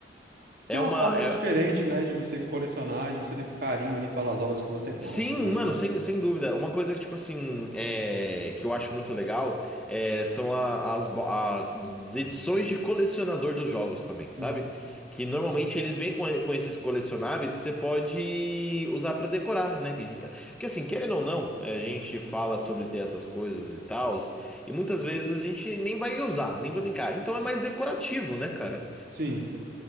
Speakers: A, on the right; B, in the centre.
A: Que
B: É
A: é uma
B: uma,
A: forma
B: é,
A: diferente, né, de você colecionar, de você ter carinho ali pelas obras que você gosta,
B: Sim,
A: né,
B: mano,
A: cara?
B: sem, sem dúvida. Uma coisa que, tipo assim, é, que eu acho muito legal é, são a- as, bo- a- as edições de colecionador dos jogos também, sabe?
A: Uhum.
B: Que normalmente eles vêm com, com esses colecionáveis que você pode usar pra decorar, né? Que, porque assim, querendo ou não, é, a gente fala sobre ter essas coisas e tal, e muitas vezes a gente nem vai usar, nem vai brincar. Então é mais decorativo, né, cara?
A: Sim,